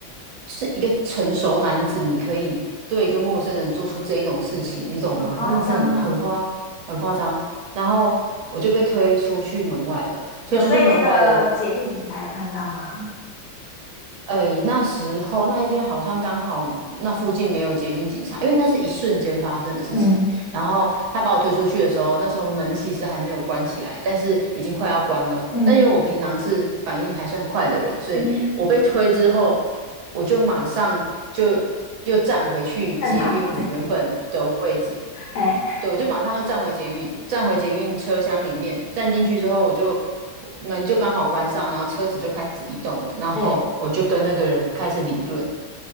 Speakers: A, on the right; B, on the left.
A: 是一个成熟男子，你可以对一个陌生人做出这一种事情，你懂吗？
B: 好夸张哦！
A: 真的是很很夸很夸张。然后我就被推出去门外了。推出去门外的
B: 有被那个解印警察有看到吗？
A: 哎，那时候那一天好像刚好那附近没有捷运警察，因为那是一瞬间发生的事情。
B: 嗯
A: 然后他把我推出去的时候，那时候门其实还没有关起来，但是已经快要关了。
B: 嗯
A: 但因为我平常是反应还算快的人，所以我被推之后，
B: 嗯。
A: 我就马上就又站回去捷运我原本的位置，
B: 瞪他，哎
A: 对，我就马上又站回捷运，站回捷运车厢里面，站进去之后，我就门就刚好关上，然后车子就开始移动了，然后我就跟那个人开始理论，
B: 哎，